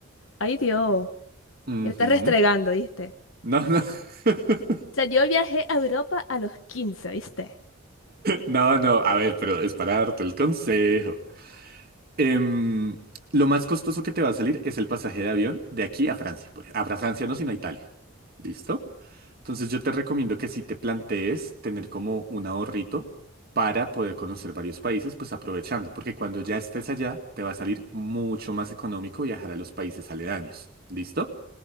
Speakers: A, on the left; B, on the right.
A: Ay, Dios,
B: Ujú.
A: me la estás restregando, ¿viste?
B: No, no. <laughs>
A: O sea, yo viajé a Europa a los 15, ¿viste?
B: No, no, a ver, pero es para darte el consejo. Em, lo más costoso que te va a salir es el pasaje de avión de aquí a Francia. por ej- a Francia no, sino a Italia. ¿Listo? Entonces yo te recomiendo que si te plantees tener como un ahorrito para poder conocer varios países, pues aprovechando, porque cuando ya estés allá, te va a salir mucho más económico viajar a los países aledaños. ¿Listo?